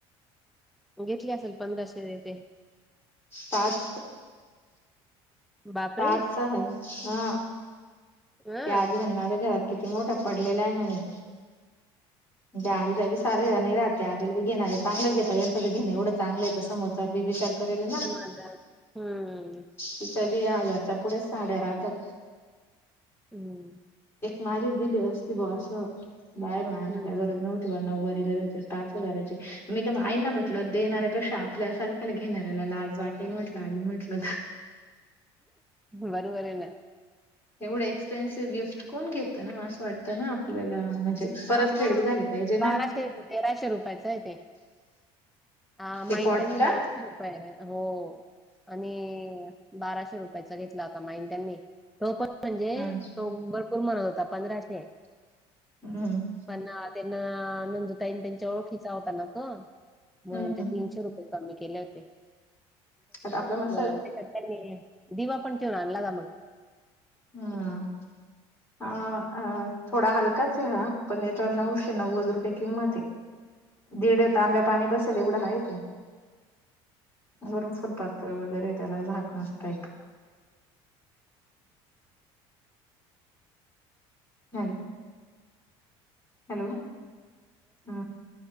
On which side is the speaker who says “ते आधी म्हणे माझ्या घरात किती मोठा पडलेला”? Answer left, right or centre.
Left